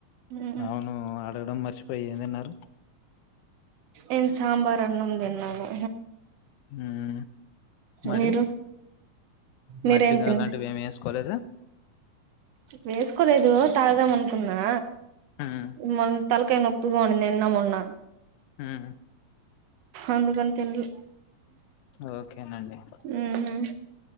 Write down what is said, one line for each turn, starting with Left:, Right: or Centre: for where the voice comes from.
Right: ఉమ్.
Left: అవును అడగడం మర్చిపోయి ఏందన్నారు
Right: ఏన్ సాంబార్ అన్నం దిన్నాను
Left: మ్మ్ మరి
Right: మీరు మీరేం
Left: మజ్జిగ
Right: తిన్నా
Left: అలాంటివి ఏమి వేసుకోలేదా
Right: వేసుకోలేదు తాగుదాం అనుకున్నా
Left: మ్మ్
Right: మన్ తలకాయ నొప్పుగా ఉండింది నిన్న మొన్న
Left: మ్
Right: అందుకనే తిన్లే
Left: ఓకే నండి
Right: ఉమ్.